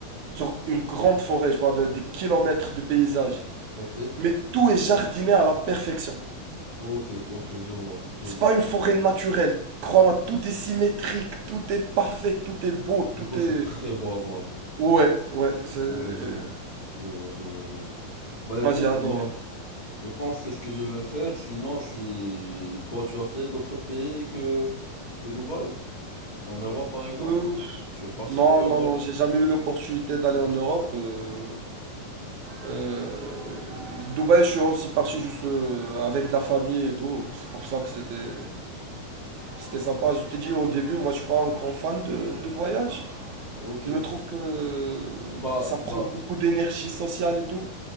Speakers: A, on the right; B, on the left.
A: genre une grande forêt, je parle de, des kilomètres de paysage
B: ok,
A: mais tout est jardiné à la perfection.
B: ok, ok, je vois, je
A: C'est
B: vois.
A: pas une forêt naturelle. Crois-moi, tout est symétrique, tout est parfait, tout est beau,
B: Du
A: tout
B: coup, c'est
A: est...
B: très beau à voir.
A: Ouais, ouais, c'est... euh,
B: Ouais, je vois, je vois, je vois, je vois. Bah écoute,
A: Moi, j'ai adoré.
B: moi, je pense que c'est ce que je vais faire. Sinon, si toi, tu as fait d'autres pays que, que Dubaï, en Europe par exemple,
A: Euh,
B: tu es parti
A: non,
B: un peu
A: non,
B: en Europe.
A: non, j'ai jamais eu l'opportunité d'aller en Europe. euh, euh, Dubaï, je suis aussi parti juste euh, avec de la famille et tout. C'est pour ça que c'était c'était sympa. Je te dis au début, moi, je suis pas un grand fan de, de voyage.
B: Ok,
A: Je me trouve que
B: bah,
A: ça prend
B: bah,
A: beaucoup d'énergie sociale et tout.